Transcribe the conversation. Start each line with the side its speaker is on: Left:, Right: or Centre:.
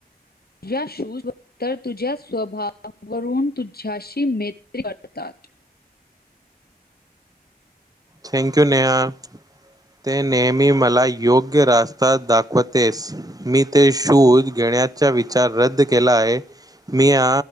Left: तुझ्या शूजवरून तर तुझ्या स्वभावावरून तुझ्याशी मेत्री करतात.
Right: थँंकयू नेहा ते नेहमी मला योग्य रास्ता दाखवतेस. मी ते शूज घेण्याचा विचार रद्द केला आहे. मी या